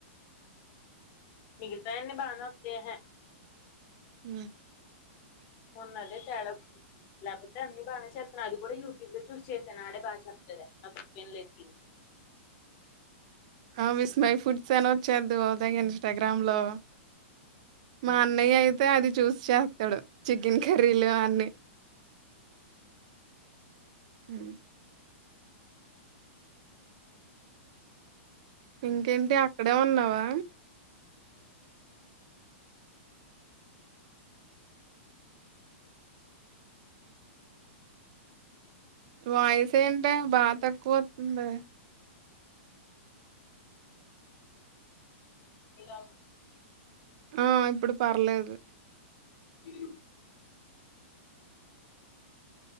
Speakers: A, on the left; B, on the right.
A: మిగితాయన్ని బానే వాత్తాయి హెయ
B: ఉ
A: మొన్న అదే తేడా లేకపోతే అన్ని బానే చెత్తన్నా అది కూడా యూట్యూబ్ లో చూసి చేసాను ఆడే బాగా చెప్లేద అన్ వినలేదు
B: ఆ విస్ మై ఫుడ్ సన చేద్దువు ఉదయ్ ఇన్స్టాగ్రామ్ లో మా అన్నయ్య అయి అది చూసి చేస్తాడు చికెన్ కర్రీలు అన్ని ఉ ఇంకేంటి అక్కడే ఉన్నావా వాయిస్ ఏంటి బాగ తక్కువత్తుంది
A: ఇలావ్
B: ఆ ఇప్పుడు పర్లేదు
A: ఈ